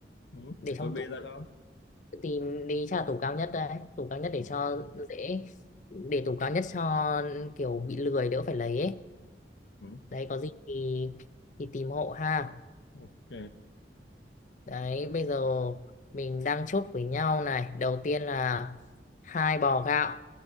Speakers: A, on the left; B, on the left.
A: ừ.
B: để
A: để tôi
B: trong
A: bê
B: tủ
A: ra cho
B: tìm đi chắc là tủ cao nhất đấy tủ cao nhất để
A: ừ.
B: cho dễ để tủ cao nhất cho kiểu bị lười đỡ phải lấy ấy.
A: Ừ.
B: đấy có gì thì thì tìm hộ ha
A: ok
B: đấy bây giờ mình đang chốt với nhau này đầu tiên là hai bò gạo